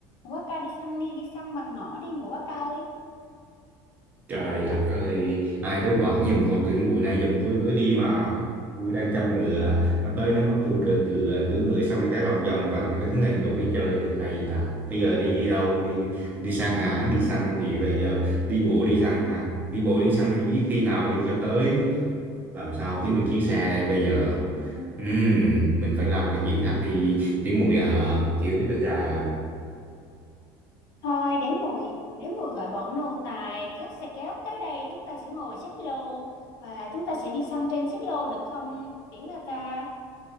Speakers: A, on the left (about 45°); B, on the right (about 20°).
A: Nữ à ca đi săn đi, đi săn bằng nỏ đi nữ à ca ơi.
B: Trời đất ơi, ai tới quảng giùm con tuổi mụi này giùm tôi với đi mà. Tôi đang chăm ngựa, mà tới nó bắt tôi cưỡi ngựa, cưỡi ngựa xong cái lòng vòng mà nó đứng lên đủ đi chơi được hay ta. Bây giờ đi đâu, đi đi săn hả? Đi săn thì bây giờ đi bộ đi săn hả? Đi bộ đi săn thì biết khi nào đi cho tới, làm sao kiếm được chiếc xe đây bây giờ.
A: Ừ,
B: Ừm, mình phải làm cái chuyện khác đi, tỉ muội à, kiểu tử à.
A: Thôi để mùi, để mùi gọi bọn nô tài kéo xe kéo tới đây, chúng ta sẽ ngồi xích lô và chúng ta sẽ đi săn trên xích lô được không? Tiểu ca ca.